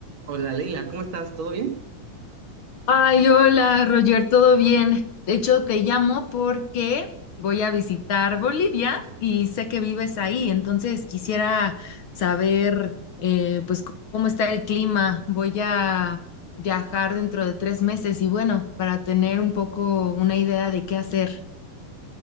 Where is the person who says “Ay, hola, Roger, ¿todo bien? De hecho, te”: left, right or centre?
Left